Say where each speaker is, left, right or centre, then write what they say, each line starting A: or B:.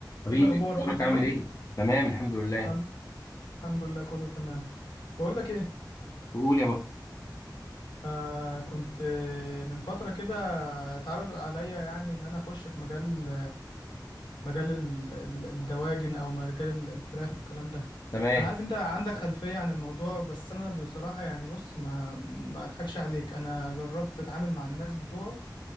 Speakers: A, on the left; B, on the left.
A: حبيبي
B: ايه الاخبار
A: اخبارك
B: كله تمام
A: عامل ايه؟ تمام الحمد لله
B: الحم- الحمد لله كله تمام بقول لك ايه
A: قول يا بطل
B: آه كنت آه، من فتره كده اتعرض عليا يعني ان انا اخش في مجال مجال ال- ال- الدواجن او مجال ال- الفراخ والكلام ده
A: تمام
B: انا عارف انت عندك خلفيه عن الموضوع بس انا بصراحه يعني بص ما ما اضحكش عليك انا جربت اتعامل مع الناس بتوعه